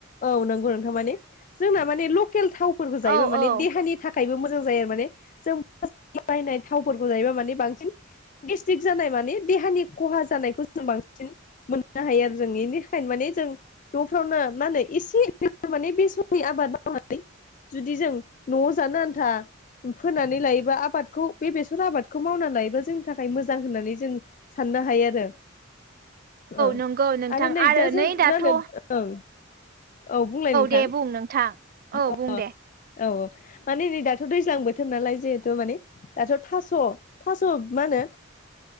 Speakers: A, on the left (about 40°); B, on the right (about 45°).
A: औ नंगौ नोंथां ।माने जोंना माने लकेल थावफोरखौ जायोबा
B: औ
A: माने
B: औ
A: देहानि थाखाय थाखायबो मोजां जायो आरो ।माने जों बायनाय थावफोरखौ जायोबा माने बांसिन गेस्टिक जानाय माने देहानि खहा जानायखौ जों बांसिन सिन मोननो हायो आरो जों बेनिखायनो माने जों न'फ्रावनो मानो। एसे माने बेसनि आबाद मावनानै <unintelligible> जुदि जों न'आव जानो आन्था फोनानै लायोबा आबादखौ बे बेसर आबादखौ मावना लायोबा जोंनि थाखाय मोजां होननानै जों साननो हायो आरो। औ
B: नंगौ नोंथां
A: आरो नैजासो
B: नै
A: <unintelligible>
B: दाथ'
A: औं <unintelligible> औ बुंलाय नोंथां
B: दे बुं नोंथां औ
A: अ।
B: बुं
A: औ
B: दे
A: औ माने नै दाथ' दैज्लां बोथोर नालाय जिहेथु माने दाथ' थास' थास' मानो।